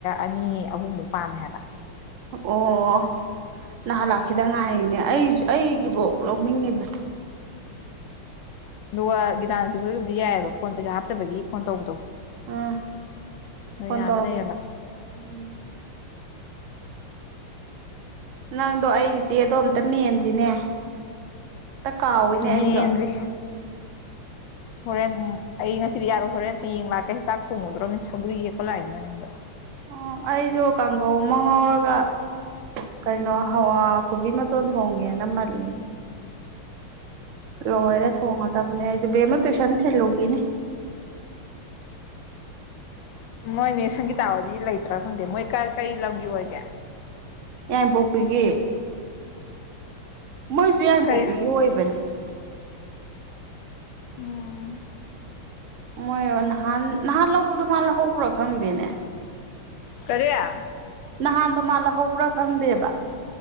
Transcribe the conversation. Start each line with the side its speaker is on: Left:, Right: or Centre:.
Left: ꯑꯅꯤ ꯑꯍꯨꯝꯐꯧ ꯄꯥꯝꯃꯦ ꯍꯥꯏꯕ
Right: ꯑꯣ ꯅꯍꯥꯟꯂꯥꯛꯈꯤꯗ ꯉꯥꯏꯔꯤꯅꯦ ꯑꯩꯁꯨ ꯑꯩꯒꯤꯐꯧ ꯂꯧꯅꯤꯡꯉꯤꯕꯅꯦ
Left: ꯑꯗꯨꯒ ꯒꯤꯇꯥꯅꯗꯤ ꯍꯣꯏꯒꯤꯕꯨꯗꯤ ꯌꯥꯏꯑꯕ ꯐꯣꯟ ꯄꯩꯁꯥ ꯍꯥꯞꯇꯕꯒꯤ ꯐꯣꯟ ꯇꯧꯕꯗꯣ
Right: ꯎꯝ
Left: ꯑꯗꯣ
Right: ꯐꯣꯟ
Left: ꯌꯥꯗ
Right: ꯇꯔ
Left: ꯂꯩꯔꯕ
Right: ꯎꯝ ꯅꯪꯗꯣ ꯑꯩꯒꯤ ꯆꯦꯗꯣ ꯑꯝꯇ ꯃꯦꯟꯁꯤꯅꯦ ꯇ ꯀꯥꯎꯋꯤꯅꯦ ꯑꯩꯁꯨ
Left: ꯃꯦꯟꯖꯦ ꯍꯣꯔꯦꯟ ꯑꯩ ꯉꯁꯤꯗꯤ ꯌꯥꯔꯣꯏ ꯍꯣꯔꯦꯟ ꯍꯌꯦꯡ ꯂꯥꯛꯀꯦ ꯍ ꯆꯥꯛ ꯊꯣꯡꯉꯨꯗ꯭ꯔꯅꯤꯅ ꯁꯪꯒꯔꯤ ꯌꯦꯛꯄ ꯂꯥꯛꯏꯅꯦ ꯃꯅꯤꯡꯗꯣ
Right: ꯑꯣ ꯑꯩꯁꯨ ꯀꯥꯡꯒꯧ ꯑꯃ ꯉꯥꯎꯔꯒ ꯀꯩꯅꯣ ꯍꯋꯥ ꯀꯕꯤ ꯃꯇꯣꯟ ꯊꯣꯡꯒꯦꯅ ꯃꯥꯜꯂꯤꯅꯦ ꯂꯣꯏꯔ ꯊꯣꯡꯉꯗꯕꯅꯦ ꯦꯃ ꯇꯨꯁꯟ ꯊ ꯂꯅꯦ
Left: <unintelligible> ꯅꯣꯏꯅꯦ ꯁꯪꯒꯤꯇꯥꯕꯨꯗꯤ ꯂꯩꯇ꯭ꯔꯥ ꯈꯪꯗꯦ ꯃꯣꯏ ꯀꯔꯤ ꯂꯝꯒꯤ ꯑꯣꯏꯒꯦ
Right: <unintelligible> ꯄꯣꯛꯄꯤꯒꯤ ꯃꯣꯏꯁꯨ ꯌꯥꯏ
Left: ꯀꯔꯤ
Right: ꯄꯣꯛꯄꯤꯒꯤ ꯑꯣꯏꯕꯅꯦ
Left: ꯎꯝ
Right: ꯃꯣꯏ ꯅꯍꯥꯟ ꯅꯍꯥꯟ ꯂꯧꯕꯗꯣ ꯃꯥꯜ ꯂꯧꯍꯧꯕ꯭ꯔꯥ ꯈꯪꯗꯦꯅꯦ
Left: ꯀꯌꯥ
Right: ꯅꯍꯥꯟꯗꯣ ꯃꯥꯜ ꯂꯧꯍꯧꯕ꯭ꯔꯥ ꯈꯪꯗꯦꯕ